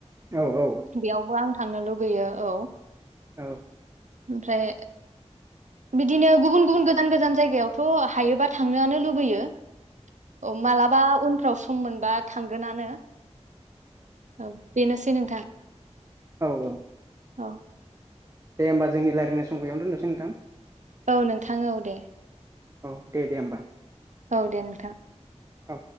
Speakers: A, on the right; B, on the right.
A: औ औ
B: बेयावबो आं थांनो लुगैयो औ
A: औ
B: ओमफ्राय बिदिनो गुबुन गुबुन गोजान गोजान जायगायावथ' हायोबा थांनोआनो लुबैयो औ मालाबा उनफ्राव सम मोनबा थांगोनानो औ बेनोसै नोंथां
A: औ औ
B: औ
A: दे होमब जोंनि राय्लायनाय सम बेयावनो दोननोसै नोंथां
B: औ नोंथां औ दे
A: औ दे दे होमबा
B: औ दे नोंथां
A: औ